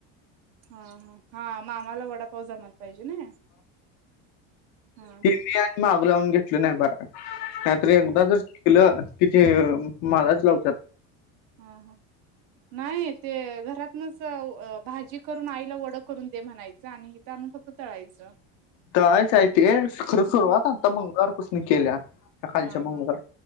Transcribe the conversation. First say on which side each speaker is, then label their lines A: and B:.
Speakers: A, on the right; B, on the left.
A: हा हा हा मामाला वडाप हो जमायला पाहिजे नाई हा
B: तिन्ही
A: हा.
B: आणि मागं लावून घेतली नाही बरयं. हे आपण एकदा
A: हा
B: जर शिकल--. तिथे मलाच लावतात
A: हा ह नाही ते घरातनच भाजी करून आईला वड करून दे म्हणायचं आणि इथ आणून फक्त तळायचं
B: तळायच हाय ते खरं सुरुवात
A: हा
B: आत्ता म मंगळवार पासन केल्या सकाळच्या
A: हा
B: मंगळवार
A: हा